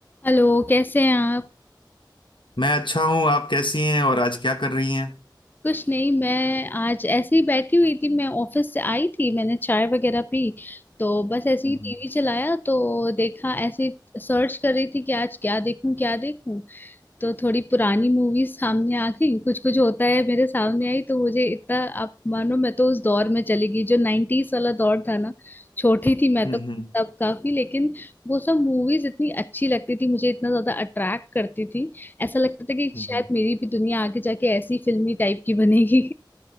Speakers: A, on the left (about 25°); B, on the left (about 85°).
A: Hello कैसे हैं आप
B: मैं अच्छा हूँ आप कैसी हैं और आज क्या कर रही हैं
A: कुछ नहीं मैं आज ऐसे ही बैठी हुई थी मैं ऑफिस से आई थी मैंने चाय वगैरह पी तो बस ऐसे
B: हम्म
A: ही टीवी चलाया तो देखा ऐसे सर्च कर रही थी कि आज क्या देखूं क्या देखूं तो थोड़ी पुरानी मूवीज सामने आ गई कुछ कुछ होता है मेरे सामने आई तो मुझे इतना आप मानो मैं तो उस दौर में चली गई जो नाइन्टीज वाला दौर था ना छोटी थी मैं
B: हम्म
A: तो
B: हम्म
A: तब काफी लेकिन वो सब मूवीज इतनी अच्छी लगती थी मुझे इतना ज्यादा अट्रैक्ट करती थी ऐसा लगता था कि
B: हम्म
A: शायद मेरी भी दुनिया आगे जाके ऐसी फिल्मी टाइप की बनेगी